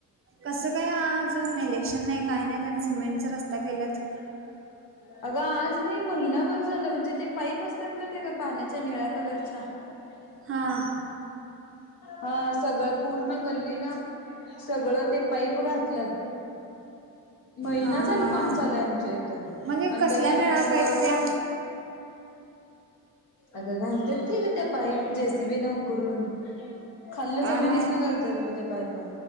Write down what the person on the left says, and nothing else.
<unintelligible> अगं आज नाही महिनाभर झालं, म्हणजे ते पाईप असत्यात माहित आहे काय ते पाण्याच्या निळ्या कलरच्या- <unintelligible>
हा सगळं पूर्ण गल्लीनं सगळं ते- पाईप घातल्यात. महिना
झाला कामं- झालंय आमच्या इथ
आणि
त्याच्यानंतर
वर-
आता घालतेत की त्या पाईप जेसीबी न उकरून- खाल्लन
जमिनीतन
घालतात त्या पाइपा-